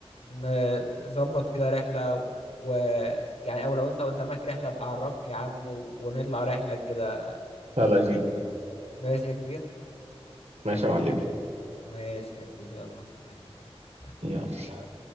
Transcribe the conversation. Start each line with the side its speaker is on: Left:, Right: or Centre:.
Left: نظبط كده رحلة ويعني او لو انت قدامك رحلة ابقى عرفني يا عم و- ونطلع رحلة كده
Right: هلا غيك
Left: ماشي يا كبير
Right: ماشي يا معلمي
Left: ماشي يا كبير يلا سلام سلام سلام
Right: يلا